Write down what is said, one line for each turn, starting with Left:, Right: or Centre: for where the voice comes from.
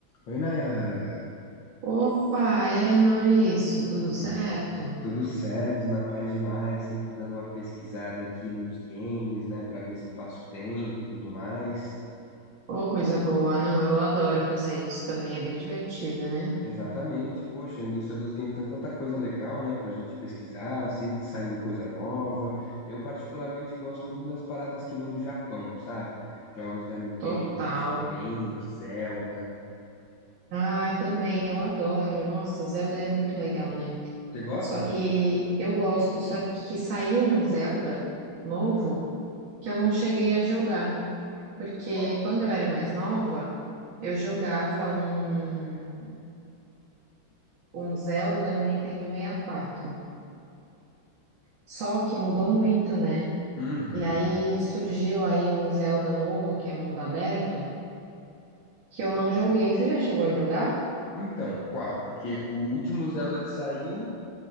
Left: Oi, Nayara.
Right: Opa, e aí, Maurício, tudo certo?
Left: E aí? Tudo certo, na paz demais, sempre dando uma pesquisada aqui nos games, né, Pra ver se eu passo tempo e tudo mais.
Right: Ô, coisa boa. Não, eu adoro fazer isso também, é bem divertido, né?
Left: Exatamente, poxa, a indústria dos games tem tanta coisa legal, né, pra gente pesquisar, sempre saindo coisa nova. Eu particularmente gosto muito das paradas que vêm do Japão, sabe? Jogos da Nintendo,
Right: Total.
Left: principalmente, Zelda.
Right: Ai, também, eu adoro. Nossa, Zelda é muito legal, né?
Left: Você gosta?
Right: Só que eu gosto, só que saiu um Zelda novo que eu não cheguei a jogar. Porque
Left: Qual?
Right: quando eu era mais nova, eu jogava um, um Zelda no Nintendo 64. Só que mudou muito, né?
Left: Uhum.
Right: E aí surgiu aí um Zelda novo, que é mundo aberto, que eu não joguei. Você já chegou a jogar?
Left: Então, qual? Porque o último Zelda que saiu